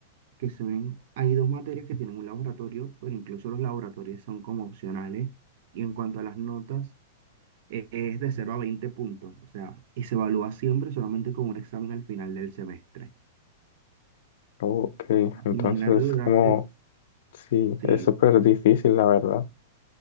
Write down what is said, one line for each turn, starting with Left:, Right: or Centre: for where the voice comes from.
Right: que se ven. Hay dos materias que tienen un laboratorio, pero incluso los laboratorios son como opcionales. Y en cuanto a las notas, eh, es de cero a 20 puntos, o sea, y se evalúa siempre solamente con un examen al final del semestre.
Left: Ok, entonces
Right: Imagínate durarte,
Left: como sí,
Right: sí,
Left: es súper difícil, la verdad.